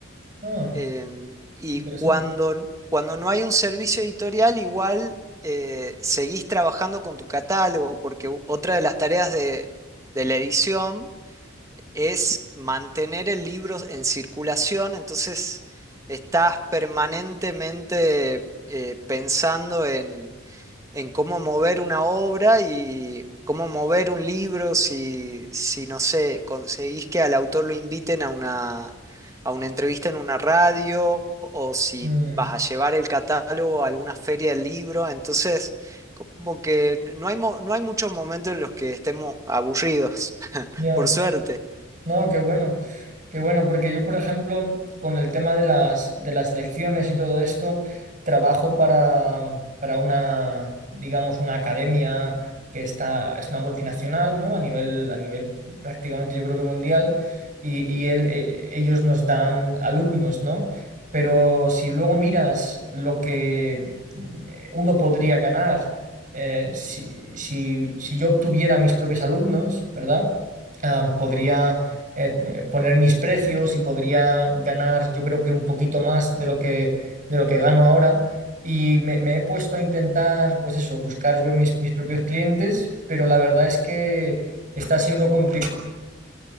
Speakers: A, on the right; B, on the right.
A: Ah,
B: Em, y
A: interesante.
B: cuando, cuando no hay un servicio editorial, igual eh, seguís trabajando con tu catálogo, porque u- otra de las tareas de, de la edición es mantener el libro en circulación, entonces estás permanentemente eh, pensando en cómo mover una obra y cómo mover un libro si, si no sé, conseguís que al autor lo inviten a una, a una entrevista en una radio o si
A: Mm,
B: vas a llevar el catálogo a alguna feria del libro. Entonces, como que n- no hay, mo- no hay muchos momentos en los que estemos aburridos, <laughs>
A: ya,
B: por suerte.
A: No, qué bueno. Qué bueno, porque yo, por ejemplo, con el tema de las, de las lecciones y todo esto, trabajo para, mm, para una, digamos, una academia que está, es una multinacional, ¿no? A nivel, a nivel prácticamente yo creo que mundial, y, y el- e- ellos nos dan alumnos, ¿no? Pero si luego miras lo que mm, eh, uno podría ganar eh, si, si, si yo obtuviera mis propios alumnos, ¿verdad? Ah, podría eh, poner mis precios y podría ganar yo creo que un poquito más de lo que, de lo que gano ahora. Y me, me he puesto a intentar, pues eso, buscar yo mis, mis propios clientes, pero la verdad es que está siendo complicado